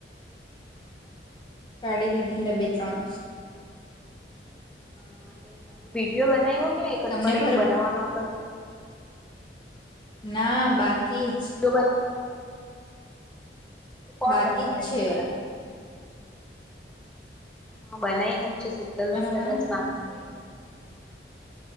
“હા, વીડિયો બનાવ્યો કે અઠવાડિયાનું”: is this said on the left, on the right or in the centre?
Centre